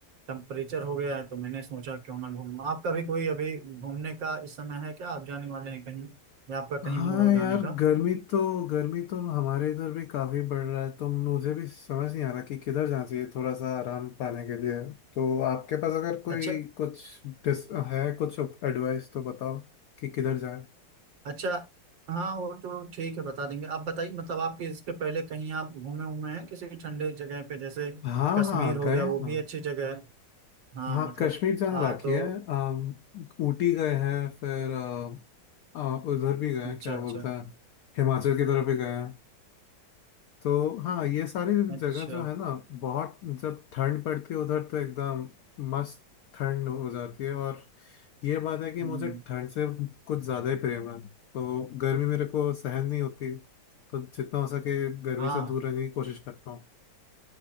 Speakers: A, on the right; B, on the left.
A: टेम्परेचर हो गया है तो मैंने सोचा क्यों ना घूम आपका भी कोई अभी घूमने का इस समय है क्या आप जाने वाले हैं कहीं या आपका कहीं
B: हाँ
A: मूड हो जाने
B: यार
A: का
B: गर्मी तो गर्मी तो हमारे इधर भी काफी बढ़ रहा है तो मुझे भी समझ नहीं आ रहा कि किधर जाना चाहिए थोड़ा सा आराम पाने के लिए तो आपके पास अगर कोई
A: अच्छा
B: कुछ डिस है कुछ एडवाइस तो बताओ कि किधर जाए
A: अच्छा हाँ वो तो ठीक है बता देंगे आप बताइए मतलब आपके इसके पहले कहीं आप घूमे उमे हैं किसी ठंडे जगह पे जैसे
B: हाँ
A: कश्मीर
B: हाँ
A: हो
B: गए
A: गया
B: हैं
A: वो
B: ना
A: भी अच्छी जगह है हाँ
B: हाँ
A: मतलब
B: कश्मीर जाना
A: आ,
B: बाकी
A: तो
B: है अम, ऊटी गए हैं फिर अ, अ, उधर भी गए हैं
A: अच्छा
B: क्या बोलते
A: अच्छा
B: हैं हिमाचल की तरफ भी गए हैं तो हाँ ये सारी
A: अच्छा
B: जगह जो है ना बहुत जब ठंड पड़ती है उधर तो एकदम मस्त ठंड हो जाती है और ये बात है कि
A: हम्म
B: मुझे ठंड से कुछ ज़्यादा ही प्रेम है तो गर्मी मेरे को सहन नहीं होती तो जितना हो सके गर्मी
A: हाँ
B: से दूर रहने की कोशिश करता हूँ